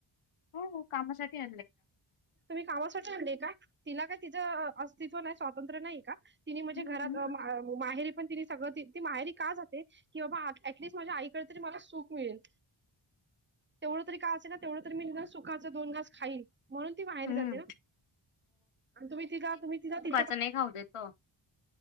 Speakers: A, on the left; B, on the right.
A: हो, हो, कामासाठी आन
B: तुम्ही कामासाठी आणले का? तिला काय तिचं अस्त स्तित्व स्वातंत्र्य नाही का? तिनि म्हणजे
A: हं,
B: घरात
A: हं.
B: म अ माहेरी पण तिनि सगळ ती माहेरी का जाते? की बाबा, ॲटलिस्ट माझ्या आईकडे तरी मला सुख मिळेल. तेवढं तरी काय असेल ना. तेवढं तरी मी ना, सुखाचा दोन घास खाईल. म्हणून ती माहेरी
A: हं,
B: जाते ना? आणि तुम्ही तिघा तुम्ही तिला ति
A: च नाही खाऊ देतो.